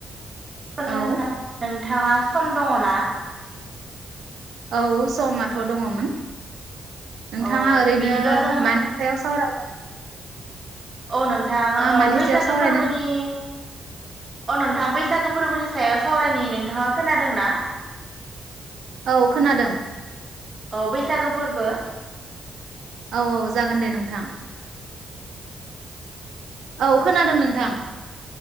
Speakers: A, on the right; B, on the right.
A: होनना
B: औ
A: <inaudible> नों बिथाङा सम दङ ना?
B: औ समाथ' दङमोन। नोंथाङा
A: अ
B: ओरैनो
A: बिदिब्ला जों
B: मानि <inaudible> सायाव सावरायगोन?
A: औ नोंथां ओ
B: मानि
A: बैसागो
B: सायाव सावरायनो
A: फोरबोनि अ नोंथां बैसागो फोरबोनि सायाव सावरायनायनि नोंथाङा खोनादोंना?
B: औ खोनादों।
A: औ बैसागो फोरबो।
B: औ औ जागोन दे नोंथां औ खोनादों नोंथां।